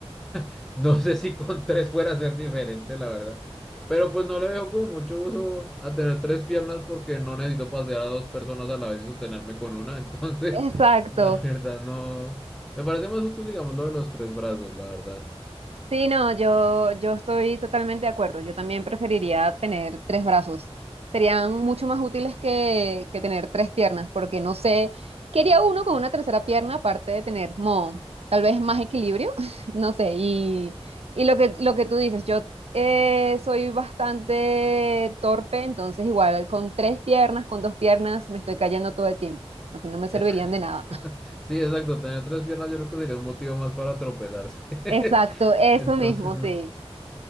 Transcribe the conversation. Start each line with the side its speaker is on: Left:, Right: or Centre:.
Centre: <laughs> No sé si con tres fuera a ser diferente, la verdad. Pero pues no le veo como mucho uso a tener tres piernas porque no necesito pasear a dos personas a la vez y sostenerme con una. <laughs> Entonces,
Right: Exacto,
Centre: la verdad no. Me parece más útil, digamos, lo de los tres brazos, la verdad.
Right: Sí, no, yo, yo estoy totalmente de acuerdo. Yo también preferiría tener tres brazos. Serían mucho más útiles que, que tener tres piernas, porque no sé, quería uno con una tercera pierna, aparte de tener como tal vez más equilibrio, <laughs> no sé. Y, y lo que, lo que tú dices, yo eh, soy bastante torpe, entonces igual con tres piernas, con dos piernas, me estoy cayendo todo el tiempo, lo que no me servirían
Centre: Es-
Right: de nada.
Centre: <laughs> Sí, exacto. Tener tres piernas yo creo que sería un motivo más para tropezarse.
Right: <laughs> Exacto,
Centre: <laughs>
Right: eso
Centre: Entonces,
Right: mismo, sí.
Centre: no.